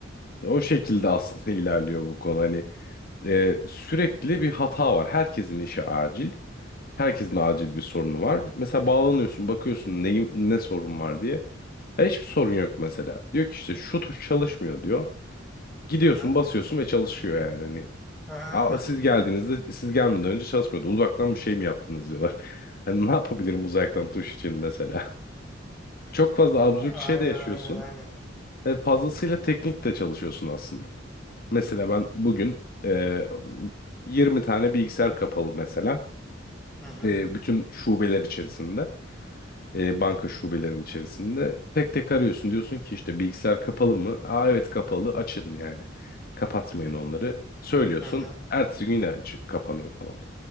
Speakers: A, on the left; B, in the centre.
A: E, o şekilde aslında <laughs> ilerliyor bu konu. Hani e, sürekli bir hata var. Herkesin işi acil. Herkesin acil bir sorunu var. Mesela bağlanıyorsun, bakıyorsun neyim, ne sorun var diye. Ya hiçbir sorun yok mesela. Diyor ki işte şu tuş çalışmıyor diyor. Gidiyorsun,
B: Hı hı.
A: basıyorsun ve çalışıyor yani. Hani
B: Hı
A: Aa,
B: hı.
A: siz geldiğinizde siz gelmeden önce çalışmıyordu. Uzaktan bir şey mi yaptınız diyorlar. <laughs> Hani ne yapabilirim uzaktan tuş için mesela? <laughs> Çok fazla absürt
B: Aynen
A: şey de yaşıyorsun.
B: aynen aynen.
A: Ve fazlasıyla teknik de çalışıyorsun aslında. Mesela ben bugün e, 20 tane bilgisayar kapalı mesela.
B: Hı hı.
A: E, bütün şubeler içerisinde. e, banka şubelerinin içerisinde. Tek tek arıyorsun diyorsun ki işte bilgisayar kapalı mı? Aa evet kapalı açın yani. Kapatmayın onları. Söylüyorsun.
B: Hı hı.
A: Ertesi gün yine aç, kapanıyor falan.